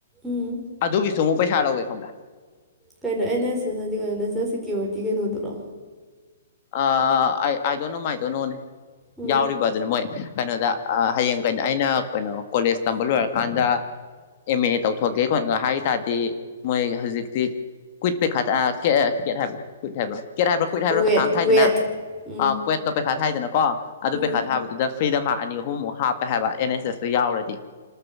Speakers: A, in the centre; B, on the left (about 35°).
A: ꯎꯝ
B: ꯑꯗꯨꯒꯤꯁꯨ ꯑꯃꯨꯛ ꯄꯩꯁꯥ ꯂꯧꯋꯦ ꯈꯪꯕ꯭ꯔꯥ
A: ꯀꯩꯅꯣ ꯑꯦꯟ ꯑꯦꯁ ꯑꯦꯁꯗꯤ ꯀꯩꯅꯣ ꯅꯦꯁꯅꯦꯜ ꯁꯤꯦꯀ꯭ꯌꯨꯔꯤꯇꯤ ꯀꯩꯅꯣꯗꯨꯔꯣ
B: ꯑ ꯑꯩ ꯑꯗꯣꯏꯅꯨ ꯃꯥꯏꯗꯣꯅꯣꯅꯦ
A: ꯎꯝ
B: ꯌꯥꯎꯔꯤꯕ ꯑꯗꯨꯅꯤ ꯃꯣꯏ ꯀꯩꯅꯣꯗ ꯍꯌꯦꯡ ꯀꯩꯅꯣ ꯑꯩꯅ ꯀꯩꯅꯣ ꯀꯣꯂꯦꯖ ꯇꯝꯕ ꯂꯣꯏꯔꯀꯥꯟꯗ ꯑꯦꯝ ꯑꯦ ꯇꯧꯊꯣꯛꯀꯦ ꯀꯣꯏꯅ ꯍꯥꯏ ꯇꯥꯔꯗꯤ ꯃꯣꯏ ꯍꯧꯖꯤꯛꯇꯤ ꯀꯨꯏꯠꯄꯩꯈꯥꯦꯠ ꯍꯥꯏꯕ꯭ꯔꯣ ꯀꯨꯏꯠ ꯍꯥꯏꯕ꯭ꯔꯣ ꯀꯦꯠ ꯍꯥꯏꯕ꯭ꯔꯥ ꯀ꯭ꯋꯠ ꯍꯥꯏꯕ꯭ꯔꯥ
A: ꯀꯨꯋꯦꯠ
B: ꯄꯩꯈꯥ ꯑꯃ ꯊꯥꯏꯗꯅ
A: ꯀꯨꯋꯦꯠ ꯎꯝ
B: ꯑꯥ ꯀ꯭ꯋꯦꯠꯇꯣ ꯄꯩꯈꯥ ꯊꯥꯏꯗꯅꯀꯣ ꯑꯗꯨ
A: ꯎꯝ
B: ꯄꯩꯈꯥ ꯊꯥꯕꯗꯨꯗ ꯐ꯭ꯔꯤꯗ ꯃꯍꯥꯛ ꯑꯅꯤ ꯑꯍꯨꯝꯃꯨꯛ ꯍꯥꯞꯄꯦ ꯍꯥꯏꯕ ꯑꯦꯟ ꯑꯦꯁ ꯑꯦꯁꯇꯨ ꯌꯥꯎꯔꯗꯤ